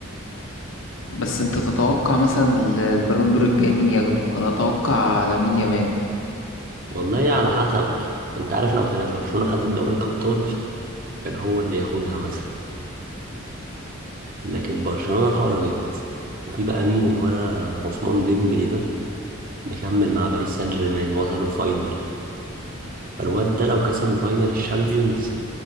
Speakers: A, on the left (about 60°); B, on the right (about 40°).
A: بس انت تتوقع مثلا ال- البالون دور الجاي مين ياخده انا اتوقع لامين يامال
B: والله على حسب أنت عارف لو كانت برشلونة خدت دوري الأبطال كان هو اللي ياخدها مثلا لكن برشلونة خرجت وفي بقى مين الولا عثمان ديمبلي ده مكمل مع باريس سان جيرمان وصلوا فاينل فالواد ده لو كسبوا فاينل الشامبيونز